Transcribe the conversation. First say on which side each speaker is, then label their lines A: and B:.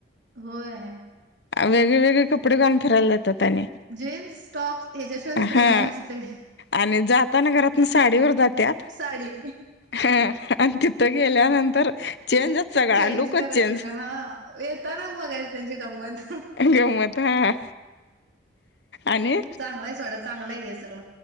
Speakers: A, on the right (about 70°); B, on the left (about 65°).
A: होय.
B: वेगळेवेगळे कपडे घालून फिरायलात त तेनी
A: जीन्स टॉप ह्याच्याशिवाय दुसरं
B: हा
A: काय नसतंय
B: आणि जातना घरात नुस साडीवर जात त्यात
A: साडी
B: हा तिथ गेल्यानंतर चेंजच सगळा
A: चेंज
B: लुकच
A: करायचं
B: ह
A: हा येताना बघायचं त्यांची गंमत
B: गंमत हा. आणि
A: चांगल आहे, सोडा चांगल आहे हे सगळं,